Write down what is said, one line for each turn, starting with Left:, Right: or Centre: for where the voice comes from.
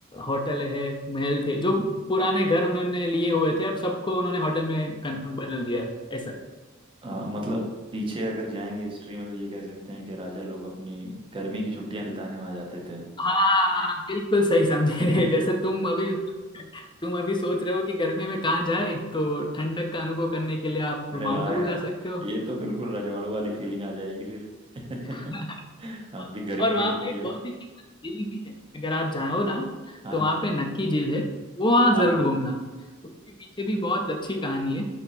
Left: होटल है महल थे जो पुराने घर उन्होंने लिए हुए थे अब सबको उन्होंने होटल में कन- बदल दिया है ऐसा
Right: आ, मतलब पीछे अगर जाएंगे हिस्ट्री में तो ये कह सकते हैं कि राजा लोग अपनी गर्मी की छुट्टियां बिताने वहां जाते थे
Left: हाँ बिल्कुल सही समझे
Right: <laughs> अरे
Left: <laughs> जैसे तुम अभी तुम अभी सोच रहे हो कि गर्मी में कहाँ जाए तो ठंडक का अनुभव करने के लिए आप
Right: हाँ
Left: माउंट आबू
Right: यार
Left: जा सकते हो
Right: ये तो बिल्कुल रजवाड़ों वाली फीलिंग आ जाएगी फिर <laughs>
Left: <laughs>
Right: हम भी गर्मी
Left: और वहाँ
Right: की छुट्टियां
Left: पे एक बहुत ही फेमस झील भी है अगर आप जाओ ना
Right: हाँ
Left: तो वहाँ पे नक्की झील है वो वहाँ
Right: हाँ
Left: जरूर घूमना उसके पीछे भी बहुत अच्छी कहानी है